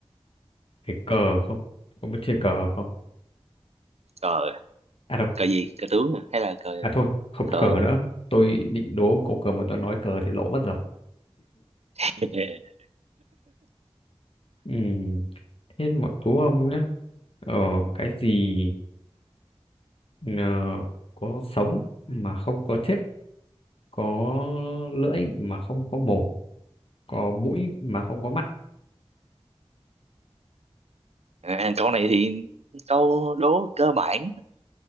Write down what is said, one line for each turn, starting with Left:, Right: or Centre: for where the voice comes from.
Left: về cờ không có biết chơi cờ không
Right: cờ
Left: à đâu
Right: cờ gì cờ tướng à? hay là cờ
Left: À thôi, không
Right: cờ
Left: cờ nữa. Tôi định đố ông câu cờ mà tôi nói cờ thì lỗ mất rồi.
Right: <laughs>
Left: Ừm, thế mà đố ông nhé. Ờ, cái gì ờ, có sống mà không có chết, có lưỡi mà không có mồm, có mũi mà không có mắt.
Right: à, câu này thì câu đố cơ bản